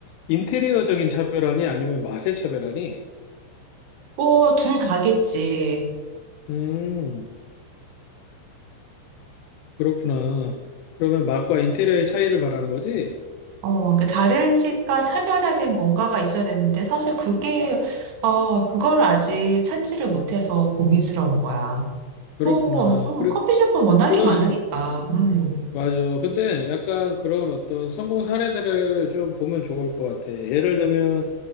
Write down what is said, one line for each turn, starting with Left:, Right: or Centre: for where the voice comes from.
Left: 인테리어적인 차별화니 아니면 맛의 차별화니?
Right: 뭐, 둘 다겠지.
Left: 음, 그렇구나. 그러면 맛과 인테리어의 차이를 말하는 거지?
Right: 어, 그러니까 다른 집과 차별화된 뭔가가 있어야 되는데 사실 그게 어, 그거를 아직 찾지를 못해서 고민스러운 거야.
Left: 그렇구나.
Right: 뭐, 음,
Left: 그,
Right: 커피숍은 워낙에
Left: 그런,
Right: 많으니까. 음.
Left: 맞아. 근데 약간 그런 어떤 성공 사례들을 좀 보면 좋을 것 같아. 예를 들면